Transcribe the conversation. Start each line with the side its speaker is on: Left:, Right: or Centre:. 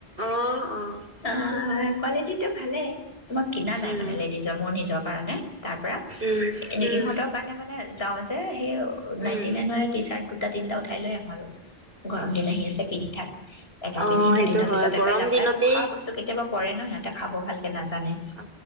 Right: অ' অ'
Left: অঁ
Right: সেইটো হয়
Left: কোৱালিটিতো ভালেই, তোমাক কিনা নাই
Right: উম
Left: মানে লেডিজৰ মোৰ নিজৰ কাৰণে। তাৰপৰা,
Right: উম
Left: এ
Right: উম
Left: ইহঁতৰ কাৰণে মানে <unintelligible> হেই নাইনটি
Right: উম
Left: নাইনৰে টি-চাৰ্ট দুটা তিনটা উঠাই লৈ আহোঁ আৰু, গৰম দিন আহি আছে পিন্ধি থাক। এটা
Right: অ
Left: পিন্ধি
Right: সেইটো
Left: দুদিনৰ
Right: হয়
Left: পিছতে
Right: গৰম
Left: পেলাম
Right: দিনতেই
Left: আৰু খোৱা বস্তু কেতিয়াবা পৰে ন', সিহঁতে খাব ভালকে না জানে,
Right: অ